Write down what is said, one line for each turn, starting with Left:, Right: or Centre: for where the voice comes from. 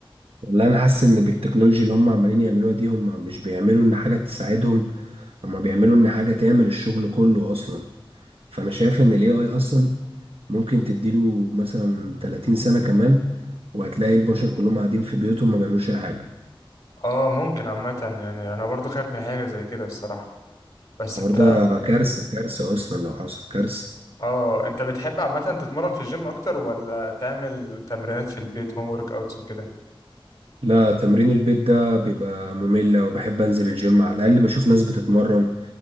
Right: والله أنا حاسس إن بالتكنولوجيا اللي هم عمالين يعملوها دي هم مش بيعملوا إن حاجة تساعدهم هما بيعملوا ان حاجة تعمل الشغل كله اصلا فانا شايف ان الاي اي اصلا ممكن تديله مثلا 30 سنة كمان وهتلاقي البشر كلهم قاعدين في بيوتهم ما بيعملوش اي حاجة
Left: اه ممكن عامة يعني انا برضو خايف من حاجة زي كده الصراحة بس
Right: الحوار
Left: انت
Right: ده كارثة كارثة اصلا لو حصل كارثة
Left: اه انت بتحب عامة تتمرن في الجيم اكتر ولا تعمل تمرينات في البيت هوم ورك اوتس وكده
Right: لا تمرين البيت ده بيبقى ممل وبحب انزل الجيم على الاقل بشوف ناس بتتمرن